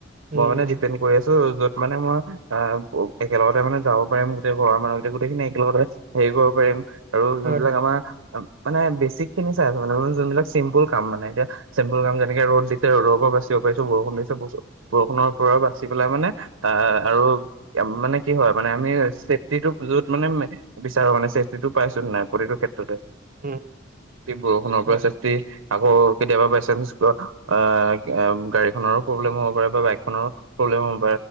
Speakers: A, on the right; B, on the right.
A: উম,
B: মই মানে ডিপেণ্ড কৰি আছোঁ য'ত মানে মই অ, একেলগতে মানে যাব পাৰিম গোটেই ঘৰৰ মানুহ এতিয়া গোটেই খিনি একেলগতে সেইবোৰ কৰিম আৰু
A: হয়।
B: যোনবিলাক আমাৰ মানে বেচিক খিনি চাই আছো মানে যোনবিলাক চিম্পুল কাম মানে এতিয়া। চেম্পুল কাম যেনেকে ৰ'দ দিছে ৰ'দৰ পৰা বাচিব পাৰিছোঁ, বৰষুণ দিছে বছো বৰষুণৰ ওপৰত বাচি পেলাই মানে আহ আৰু মানে কি হয় মানে আমি চেফটিটো য'ত মানে বিচাৰো মানে চেফটিটো পাইছোঁ নাই প্ৰতিটো ক্ষেত্ৰতে
A: উম,
B: বৰষুণৰ পৰা
A: হয়।
B: চেফ তে আকৌ কেতিয়াবা বাইচেঞ্চ <unintelligible> গাড়ীখনৰো প্ৰব্লেম হ'ব পাৰে বা বাইক খনৰ প্ৰব্লেম হ'ব